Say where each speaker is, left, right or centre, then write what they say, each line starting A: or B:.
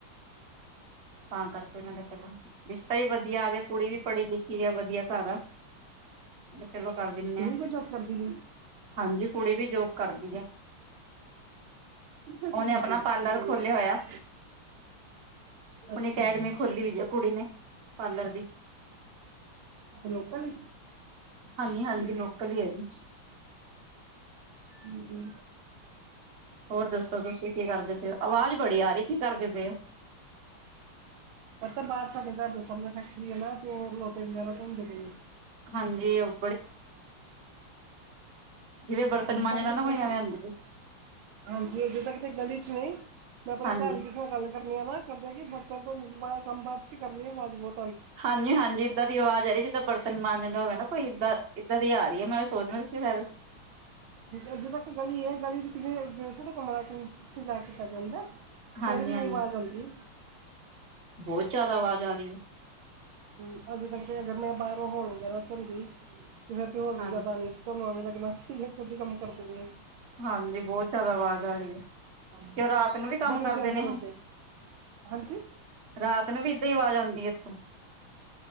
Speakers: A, on the right; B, on the right.
A: ਤਤਾਂ ਕਰਕੇ ਮੈ ਕਿਹਾ ਚਲੋ ਰਿਸ਼ਤਾ ਹੀ ਵਧੀਆ ਆ ਗਿਆ ਕੁੜੀ ਵੀ ਪੜ੍ਹੀ ਲਿਖੀ ਆ ਵਧੀਆ ਘਰ ਆ ਹ ਚਲੋ ਕਰ ਦਿੰਦੇ
B: ਕੁੜੀ
A: ਹ
B: ਵੀ ਜੋਬ ਕਰਦੀ ਹੈ
A: ਹਾਂਜੀ ਕੁੜੀ ਵੀ ਜੋਬ ਕਰਦੀ ਆ
B: ਕਿੱਥੇ
A: ਉਹਨੇ
B: ਚਲੀ
A: ਆਪਣਾ
B: ਗਈ
A: ਪਾਰਲਰ ਖੋਲਿਆ ਹੋਇਆ
B: ਅੱਛਾ
A: ਅਕੈਡਮੀ ਖੋਲੀ ਹੋਈ ਏ ਕੁੜੀ ਨੇ ਪਾਰਲਰ ਦੀ
B: ਛ ਲੋਕਲ
A: ਹਾਂਜੀ ਹਾਂਜੀ ਲੋਕਲ ਹੀ ਹੈ ਜੀ
B: ਹੂੰ
A: ਹੋਰ ਦੱਸੋ ਤੁਸੀਂ ਕੀ ਕਰਦੇ ਤੇ ਆਵਾਜ਼ ਬੜੀ ਆ ਰਹੀ ਕੀ ਕਰਦੇ ਪਏ ਹੋ
B: ਪਤਾ ਬਾਹਦ ਸਾ ਘਰ ਦੇ ਸਾਹਮਣੇ ਠੱਕੀਏ ਨਾ ਉਹ ਲ ਲੋਟੇ ਵਗੈਰਾ ਧੋਂਦੇ ਗਈ
A: ਹਾਂਜੀ ਉਹ ਜਿਵੇਂ ਬਰਤਨ
B: ਅਜ
A: ਮਾਂਜਦਾ
B: ਤ
A: ਨਾ ਕੋਈ
B: ਗਲੀ
A: ਐਵੇਂ ਆਂਦੀ
B: ਹਾਂਜੀ ਅਜੇ ਤ ਕਿਤੇ ਗਲੀ ਚ ਨਹੀਂ ਮੈਂ ਆਪਣੇ
A: ਹਾਂਜੀ
B: ਘਰ ਦੀ ਕਿਸੇ ਨਾਲ ਗੱਲ ਕਰਨੀ ਆ ਨਾ ਕਰਦੇ ਆ ਕਿ ਬ ਕੰਮ ਬਾਦ ਚ ਕਰ ਰ ਮਾਜ਼ਬੂਤ
A: ਹਾਂਜੀ ਹਾਂਜੀ ਇਏਦਾਂ ਦੀ ਆਵਾਜ਼ ਹੈ ਜੀ ਜਿੱਦਾਂ ਬਰਤਨ ਮਾਂਜਦਾ ਹੋਵੇ ਨਾ ਕੋਈ ਇਏਦਾਂ ਇੱਦਾਂ ਦੀ ਆ ਰਹੀ ਹੈ ਮੈਂ ਸੋਚਦਾ ਸੀ ਸਰ
B: ਅਜੇ ਤੱਕ ਗਲੀ ਹੈ ਗਲੀ ਦੀੋਟੇ ਕਮ ਲ ਸ ਜਾਾ ਕੇ ਕੀਤਾ ਜਾਂਦਾ
A: ਹਾਂਜੀ
B: ਫੇਰ ਵੀ
A: ਹਾਂਜੀ
B: ਨੀ ਆਵਾਜ਼ ਆਉਂਦੀ
A: ਬਹੁਤ ਜਿਆਦਾ ਆਵਾਜ਼ ਆ ਰਹੀ ਹੈ
B: ਹਮ, ਅਜੇ ਤੱਕ ਤੇ ਅਗਰ ਮੈਂ ਬਾਹਰੋਂ ਹੋਰ ਵਗੈਰਾ ਚ ਹੁੰਦੀ ਇਦਾਂ ਤੇ ਹੋਰ ਵੀ
A: ਹਾਂ
B: ਜਾਦਾ ਰਿਸ੍ਕ ਏ ਓਹਨੇ <unintelligible> ਗਰੋਸਰੀ ਏ, ਖੁਦ ਹੀ ਕੰਮ ਕਰਦੇ ਬਏ
A: ਹਾਂਜੀ ਬਹੁਤ ਜਿਆਦਾ ਆਵਾਜ਼ ਆ ਰਹੀ ਹੈ,
B: ਹਾਂਜੀ
A: ਤੇ ਉਹ ਰਾਤ ਨੂੰ ਵੀ ਕੰਮ
B: ਬੜੀ
A: ਕਰਦੇ
B: ਦੇਰ
A: ਨੇਹੇ?
B: ਦਾ ਲੱਗੇ ਹਾਂਜੀ
A: ਰਾਤ ਨੂੰ ਵੀ ਏਦਾਂ ਹੀ ਆਵਾਜ਼ ਆਉਂਦੀ ਹੈ ਇੱਥੋਂ?